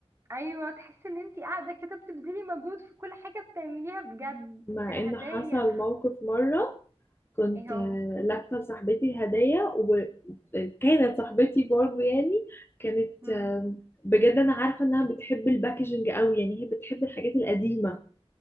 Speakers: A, on the right; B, on the left.
A: ايوه تحسي ان انتي قاعدة كده بتبذلي مجهود في كل حاجة بتعمليها بجد
B: مع
A: في الهدايا
B: ان حصل موقف مرة كنت
A: ايه
B: آه،
A: هو
B: لافة لصاحبتي هدية وكانت صاحبتي برضو يعني كانت
A: مم.
B: آه، بجد انا عارفة انها بتحب الباكجينج قوي يعني هي بتحب الحاجات القديمة